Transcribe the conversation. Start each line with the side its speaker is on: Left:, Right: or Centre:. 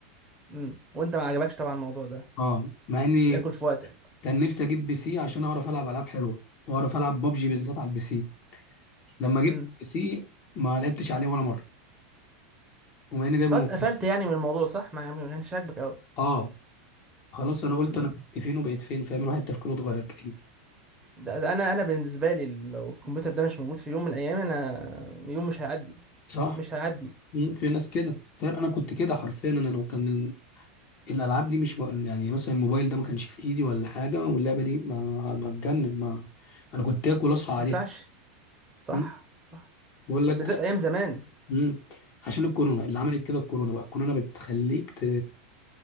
Right: امم وانت ما عجبكش طبعا الموضوع ده
Left: اه مع اني
Right: بياكل في وقتك
Left: كان نفسي اجيب بي سي عشان اعرف العب العاب حلوه واعرف العب بابجي بالذات
Right: امم
Left: على البي سي لما جبت
Right: امم
Left: بي سي ما لعبتش عليه ولا مره وما اني جايبه
Right: خلاص
Left: من
Right: قفلت
Left: <laughs>
Right: يعني من الموضوع صح ما يعني ما كانش عاجبك
Left: اه خلاص انا قلت
Right: قوي
Left: انا كنت فين وبقيت فين فاهم الواحد تفكيره اتغير كتير
Right: ده, ده انا انا بالنسبه لي لو الكمبيوتر ده مش موجود في يوم من الايام انا يوم مش هيعدي
Left: صح
Right: مش هيعدي ما
Left: مم، في ناس كده فعلا انا كنت كده حرفيا انا لو كان ال- الالعاب دي مش م- يعني مثلا الموبايل ده ما كانش في ايدي ولا حاجه واللعبه دي ما بتجنن ما انا كنت اكل اصحى عليها
Right: ينفعش صح
Left: مم،
Right: صح
Left: بقول
Right: وبالذات
Left: لك
Right: ايام زمان
Left: مم، عشان الكورونا اللي عملت كده الكورونا بقى الكورونا بتخليك ت...